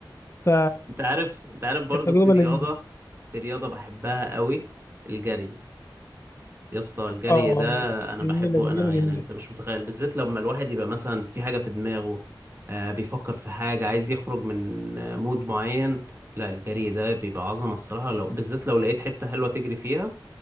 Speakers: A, on the left; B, on the right.
A: ف
B: انت عارف انت عارف برضو
A: كانت تجربه
B: في رياضة
A: لذيذه
B: في رياضة بحبها قوي الجري يا اسطى الجري
A: اه
B: ده انا
A: جميله
B: بحبه
A: جميله
B: انا
A: جميله
B: يعني انت مش متخيل بالذات لما الواحد يبقى مثلا في حاجه في دماغه آه بيفكر في حاجه عايز يخرج من آه، مود معين لا الجري ده بيبقى عظمه الصراحه لو بالذات لو لقيت حته حلوه تجري فيها